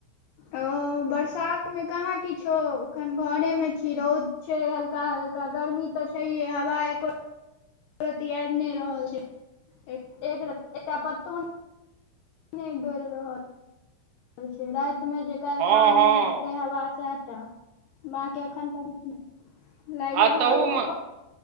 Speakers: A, on the left (about 80°); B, on the right (about 80°).
A: औ। हो बरसात मे कहाँ किछो अखन घरे मे छी, रौद छै हल्का-हल्का, गर्मी तऽ छैये हवा एको रति आएब नै रहल छै, एक एकरति एकटा पत्तो नै नै डोएल रहल छै, राएत मे जे काएल
B: हँ
A: साँझ
B: हँ
A: मे उठलै हवा साएहटा बाकी अखन तक <unintelligible> लाइग
B: आ
A: रहल
B: तहूमे
A: छै पा